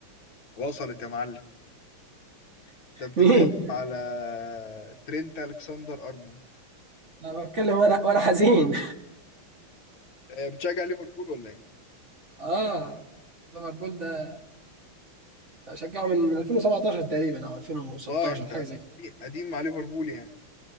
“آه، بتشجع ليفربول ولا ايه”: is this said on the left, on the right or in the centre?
Left